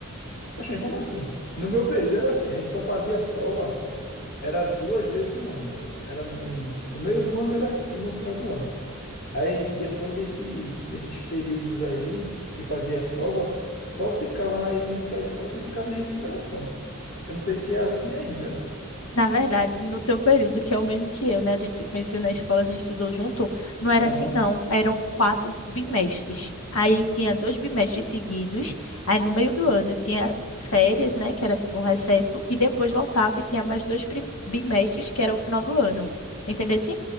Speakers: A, on the left; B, on the left.
A: Poxa, como assim? No meu período era assim, a gente só fazia prova, era duas vezes no ano. Era no, no meio do ano era, e no final do ano. Aí, depois desse, desses períodos aí, que fazia prova, só ficava na, indo para a escola que ficava em recuperação. Eu não sei se é assim ainda, né?
B: Na verdade, no teu período, que é o mesmo que eu, né? A gente se conheceu na escola, a gente estudou junto. Não era
A: Aham.
B: assim, não. Eram quatro bimestres. Aí tinha dois bimestres seguidos. Aí no meio do ano tinha férias, né? Que era tipo um recesso. E depois voltava e tinha mais dois prim- bimestres, que era o final do ano. Entendeu assim?